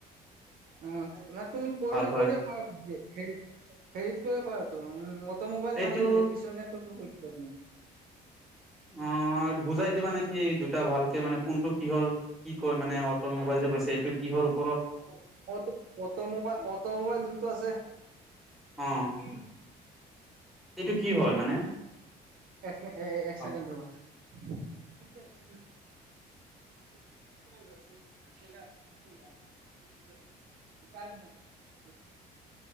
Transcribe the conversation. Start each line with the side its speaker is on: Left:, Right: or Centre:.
Right: অ ন তুমি কৰিলে
Centre: হয়
Right: কৰিব পাওঁ। <unintelligible> কৰিব পাৰ তো উম অটো মোবাইল
Centre: এইটো
Right: নহলে ইলেক্ট্ৰিচিয়ন <unintelligible> বৰ্তমান <unintelligible>
Centre: অ বুজাই দিবা নেক- কি, দুটা ভালকে মানে কোনটো কিহৰ কি কয় মানে অট' মোবাইল যে কৈছে এইটো কিহৰ ওপ-
Right: auto auto automobile automobile যোনটো আছে
Centre: অ।
Right: উম।
Centre: এইটো কি হয় মানে?
Right: তাকমে এ এ এক চছেকেণ্ড
Centre: অ
Right: ৰবা <unintelligible>
Centre: <inaudible>
Right: <unintelligible> <unintelligible>